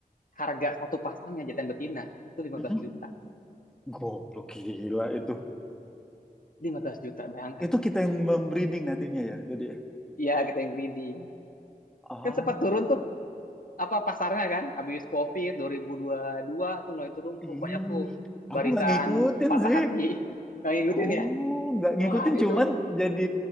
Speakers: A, on the left; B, in the centre.
A: harga satu pasangnya jantan betina itu 15
B: mhm.
A: juta.
B: Goblok gila itu.
A: lima belas juta bayangkan.
B: Itu kita yang membreeding nantinya ya, Dodi. ya?
A: Iya, kita yang breeding.
B: Ah,
A: Kan sempat turun tuh apa pasarnya kan habis Covid dua dua ribu dua puluh dua tuh mulai turun
B: ih,
A: tuh banyak tuh
B: aku
A: barisan
B: nggak ngikutin
A: patah
B: sih.
A: hati <laughs> yang ngikutin
B: Oh,
A: ya.
B: nggak ngikutin,
A: Wah, itu
B: cuman jadi